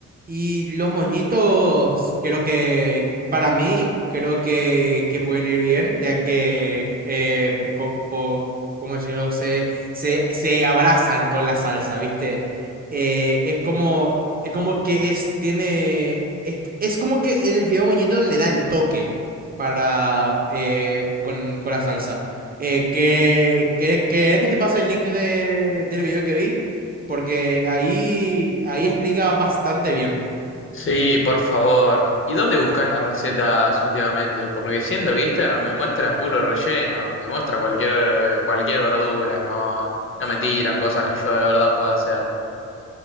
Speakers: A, on the right (about 30°); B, on the left (about 45°).
A: Y los moñitos, creo que para mí, creo que, que pueden ir bien, ya que, eh, co- po- ¿cómo decirlo? Se, se, se abrazan con la salsa, ¿viste? Eh, es como, es como que es, tiene, es, es como que el fideo moñito le da el toque para, eh, con, con la salsa. Eh, ¿qué- qué- ¿querés que te pase el link de, del video que vi? porque ahí, ahí explica bastante bien.
B: Sí, por favor. ¿Y dónde buscas las recetas últimamente? Porque siento que Instagram me muestra puro relleno, me muestra cualquier, cualquier verdura, no, no me tiran cosas que yo de verdad pueda hacer.